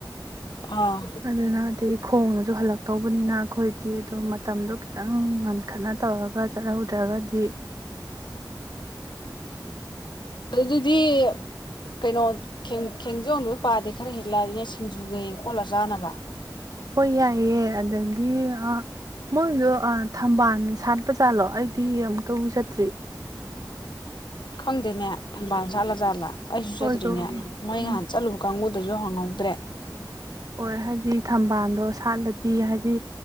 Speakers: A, on the left (about 75°); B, on the right (about 50°).
A: ꯑꯥ
B: ꯑꯗꯨꯅ ꯑꯗꯩꯩ ꯈꯣꯡꯅꯁꯨ ꯍꯜꯂꯛ ꯇꯧꯕꯅꯤꯅ ꯑꯩꯈꯣꯏꯗꯤ ꯑꯗꯨ ꯃꯇꯝꯗꯣ ꯈꯤꯇꯪ ꯉꯟꯈꯠꯅ ꯇꯧꯔꯒ ꯆꯠꯍꯧꯗ꯭ꯔꯒꯗꯤ꯫
A: ꯑꯗꯨꯗꯤ ꯀꯩꯅꯣ ꯈꯦꯡ ꯈꯦꯡꯖꯣꯡꯗꯨ ꯄꯥꯗꯤ ꯈꯔ ꯍꯦꯛꯂꯛꯑꯁꯤꯅꯦ ꯁꯤꯡꯖꯨꯒꯩ ꯈꯣꯠꯂ ꯆꯥꯅꯕ꯫
B: ꯍꯣꯏ ꯌꯥꯏꯌꯦ ꯑꯗꯒꯤ ꯑꯥ ꯃꯣꯏꯗꯣ ꯑꯥ ꯊꯝꯕꯥꯟ ꯁꯥꯠꯄꯖꯥꯠꯂꯣ ꯑꯩꯗꯤ ꯑꯃꯨꯛꯇꯕꯨ ꯆꯠꯇ꯭ꯔꯤ꯫
A: ꯈꯪꯗꯦꯅꯦ ꯊꯝꯕꯥꯜ ꯁꯥꯠꯂ ꯖꯥꯠꯂꯥ꯫ ꯑꯩꯁꯨ
B: ꯃꯣꯏꯗꯣ
A: ꯆꯇ꯭ꯔꯤꯅꯦ ꯃꯣꯏ
B: ꯎꯝ
A: ꯉꯍꯥꯟ ꯆꯠꯂꯨꯕ ꯀꯥꯡꯒꯨ꯫ ꯑꯗꯨꯁꯨ ꯍꯪꯍꯧꯗ꯭ꯔꯦ꯫
B: ꯍꯣꯏ ꯍꯥꯏꯗꯤ ꯊꯝꯕꯥꯜꯗꯣ ꯁꯥꯠꯂꯗꯤ ꯍꯥꯏꯗꯤ꯫